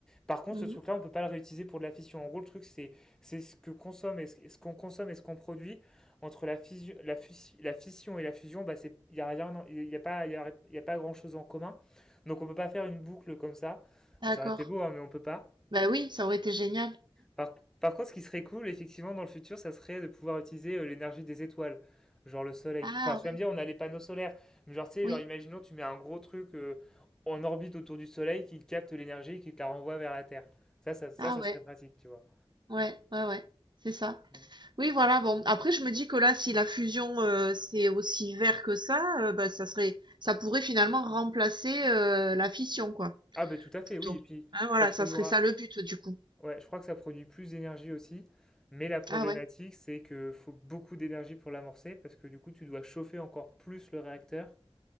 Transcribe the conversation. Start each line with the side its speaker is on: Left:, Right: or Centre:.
Centre: Par contre,
Right: mhm,
Centre: ce truc-là, on ne peut pas le réutiliser pour de la fission. En gros, le truc, c'est c'est ce que consomme et ce, qu'on consomme et ce qu'on produit entre la fission, la, fus- la fission et la fusion. Bah, c'est il y a rien, il y a pas, il y a, y a pas grand-chose en commun. Donc, on ne peut pas faire une boucle comme ça.
Right: d'accord.
Centre: Ça aurait été beau, hein, mais on ne peut pas.
Right: Bah oui, ça aurait été génial.
Centre: Par, par contre, ce qui serait cool, effectivement, dans le futur, ça serait de pouvoir utiliser euh, l'énergie des étoiles, genre le soleil.
Right: Ah
Centre: Enfin, tu
Right: ouais,
Centre: vas me dire, on a les panneaux solaires, mais genre, tu sais,
Right: oui,
Centre: genre, imaginons, tu mets un gros truc euh, en orbite autour du soleil qui capte l'énergie et qui te la renvoie vers la Terre. Ça, ça, ça,
Right: ah
Centre: ça
Right: ouais,
Centre: serait pratique, tu vois.
Right: ouais, ouais, ouais, c'est ça.
Centre: Ouais.
Right: Oui, voilà, bon. Après, je me dis que là, si la fusion, euh, c'est aussi vert que ça, euh, bah, ça serait, ça pourrait finalement remplacer euh, la fission, quoi,
Centre: Ah, ben tout à fait,
Right: plutôt.
Centre: oui, et puis
Right: Hein, voilà,
Centre: ça produira,
Right: ça serait ça le but, du coup.
Centre: ouais, je crois que ça produit plus d'énergie aussi, mais la problématique,
Right: Ah ouais,
Centre: c'est que faut beaucoup d'énergie pour l'amorcer, parce que du coup, tu dois chauffer encore plus le réacteur,